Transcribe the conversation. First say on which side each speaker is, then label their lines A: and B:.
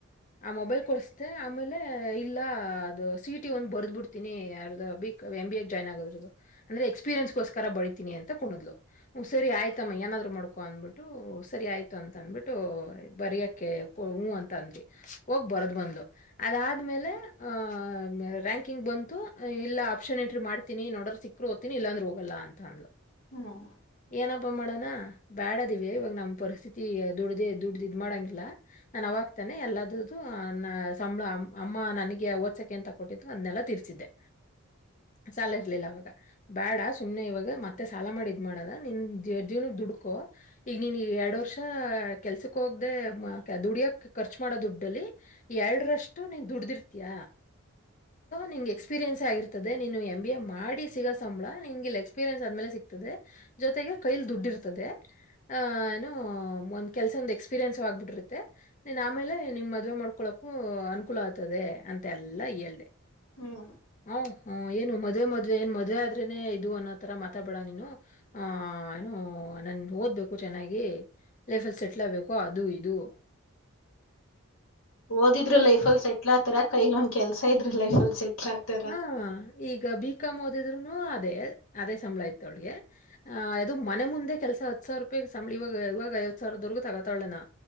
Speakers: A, on the left; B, on the left.
A: ಆ ಮೊಬೈಲ್ ಕೊಳ್ಸತೆೆ ಆಮೇಲೆ ಇಲ್ಲ ಅದು ಸಿಟಿ ಒಂದ್ ಬರ್ದ್ ಬಿಡ್ತೀನಿ ಯಾರ್ದ B M B A join ಆಗೋದ್ರದ್ದದು ಅಂದ್ರೆ ಎಕ್ಸ್ಪೀರಿಯನ್ಸ್ಗೋಸ್ಕರ ಬಳಿತೀನಿ ಅಂತ ಕುಣದ್ಲು ಹ್ಮ್ ಸರಿ ಆಯ್ತಮ್ಮ ಏನಾದ್ರು ಮಾಡ್ಕ ಅಂದ್ಬಿಟ್ಟು ಸರಿ ಆಯ್ತು ಅಂತ ಅಂದ್ಬಿಟ್ಟು ಬರಯಕ್ಕೆ ಹ್ ಅಂತ ಅಂದಿ ಹೋಗ್ ಬರದ್ ಬಂದು ಅದಾದ್ಮೇಲೆ ಅ ರ್ಯಾಂಕಿಂಗ್ ಬಂತು ಇಲ್ಲ ಆಪ್ಷನ್ ಎಂಟ್ರಿ ಮಾಡ್ತೀನಿ ನೋಡ ಸಿ ಕ್ರೋತಿನ ಇಲ್ಲಾಂದ ಹೋಗಲ್ಲ ಅಂತ ಅಂದ್ಲ
B: ಹ್ಮ್ ಹ್ಮ್
A: ಏನಪ್ಪ ಮಾಡ ಬ್ಯಾಡದಿವ ಇವಾಗ ನಮ್ಮ್ ಪರಿಸ್ಥಿತಿ ದುಡ್ದೇ ದುಡ ಇದ್ ಮಾಡಂಗಿಲ್ಲ ನಾನನ್ ಅವಾಗ್ತಾನನೆ ಎಲ್ಲದು ಸಂಳ ಅಮ್ಮ ನನಗೆ ಓದಾಸ ಕ್ಕೆ ಅಂತ ಕೊಟ್ಟಿದ್ದು ಅದ್ನೆಲ್ಲ ತೀರ್ಸಿದ್ದೆ ಚಾಲ ಇರ್ಲಿಲ್ಲ ಅವಗ್ಸ್ ಬೇಡ ಸುಮ್ನೆ ಇವಾಗ ಮತ್ತೆ ಸಾಲ ಮಾಡಿ ಇದ್ ಮಾಡದ ನಿನ್ ಜೀವನಕ್ ದುಡ್ಕೋ ಈಗ ನೀನ್ ಎರಡ್ ವರ್ಷ ಕೆಲ್ಸಕ್ ಹ ದುಡ ರ್ ಮಾಡೋ ದುಡ್ಡಲ್ಲಿ ಎರರಷ್ಟು ದುಡಿರ್ತಯ ನಿ ಎಕ್ಪನ್ ಆಗಿರ್ತದೆ ನೀ ಎ ಬಿ ಎ ಮಾಡಿ ಸಿಗ ಸಂಳ ನಿ ಇ ಎಕ್ಸ್ಪೀನ್ ಅ್ಮೇಲೆ ಸಿಗ್ತದೆ ಜೊತೆಗೆ ಕೈಲಿ ದುಡ್ ಇರ್ತದೆ ಏ ಒ್ ಕೆಸ ಎಕ್ಸ್ಪೀರಿಯನ್ಸ್ ಆಗ್ಬಿಟ್ಟಿರುತ್ತೆ ನೀನ್ ಆಮೇಲೆ ನಿಮ ಮದ್ವೆ ಮಾಡ್ಕೊಳಕ್ಕು ಅನುಕೂಲ ಆಗ್ತದೆ ಅಂತ ಎಲ್ಲಾ ಹೇಳ್ದ
B: ಹ್ಮ್ ಹ್ಮ್
A: ಹ ಹಾ ಏನು ಮದುವೆ ಮದುವೆ ಏನ್ ಮದುವೇ ಆದ್ರೆನೆ ಇದು ಅನ್ನೋ ತರ ಮಾತಾಬೇಡ ನೀನು ಆ ಏನೋ ನನ್ ಓದ್ಬೇಕು ಚೆನ್ನಾಗಿ ಲೈಫ್ ಅಲ್ಲಿ ಸೆಟ್ಲ್ ಆಗ್ಬೇಕು ಅದು ಇದು
B: ಓದಿದ್ರರು ಲೈಫ ಅಲ್ ಸೆಟ್ಲ್ ಆತರ ಕೈಲ ಒಂದ್ ಕೆಲ್ಸ ಇದ್ರಿ ಲೈಫಲ್ ಸೆಟಲ್ ಆಗ್ತಾರ
A: ಹಾ, ಈಗ ಬೀಿಕಾಂ ಓದಿದ್ರುನು ಅದೇ ಅದೇ ಸಂಬಳ ಆಯತೊಳಗೆ ಆಹ್ ಅದು ಮನೆ ಮುಂದೆ ಕೆಲ್ಸ ಹತ್ ಸಾವಿರ ರೂಪಾಯಿ ಸಂಬಳ ಇವಾಗ ಇವಾಗ ಐವತ್ತು ಸಾವಿರದವರೆಗೂ ತಗತಳೆ ಏನೋ